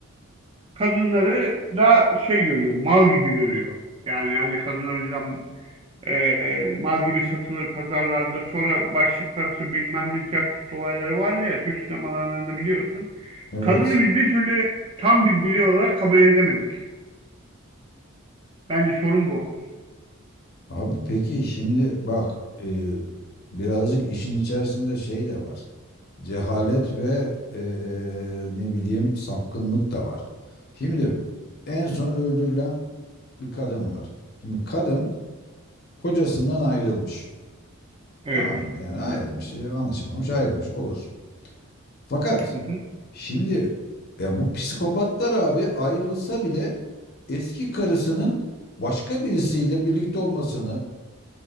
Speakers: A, on the right; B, on the left.
A: kadınları da şey görüyor, mal gibi görüyor. Yani hani kadın önceden e, mal gibi satılır pazarlarda. Sonra başlık parası bilmem ne jackpot olayları var ya Türk sinemalarından da biliyorsun.
B: evet
A: Kadını biz bir türlü tam bir birey olarak kabul edemedik. Bence sorun bu.
B: Abi peki şimdi bak e, birazcık işin içerisinde şey de var. Cehalet ve e, ne bileyim sapkınlık da var. Şimdi en son öldürülen bir kadın var. Şimdi kadın kocasından ayrılmış.
A: Evet.
B: Tamam mı? Yani ayrılmış, e, anlaşamamış, ayrılmış olur. Fakat
A: Hı hı.
B: şimdi ya bu psikopatlar abi ayrılsa bile eski karısının başka birisiyle birlikte olmasını